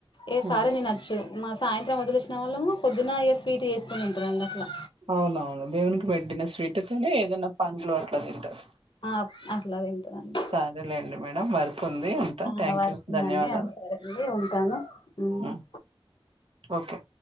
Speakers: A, on the left; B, on the right.
A: ఏ
B: ఆ
A: కారం తినచ్చు మా సాయంత్రం వదిలిసిన వాళ్ళము పొద్దున్న స్వీట్ చేసుకోని తింటారు అండి అట్లా
B: అవునవును దేవునికి పెట్టిన స్వీట్ తిని ఏదైనా పండ్లు అట్లా తింటారు
A: ఆ అట్లా తింటారండి
B: సరేలేండి మేడం వర్క్ ఉంది ఉంటా
A: ఆ
B: థ్యాంక్యూ
A: వర్క్ ఉందండి
B: ధన్యవాదాలు
A: ఆ సరే అండి ఉంటాను
B: అ ఓకే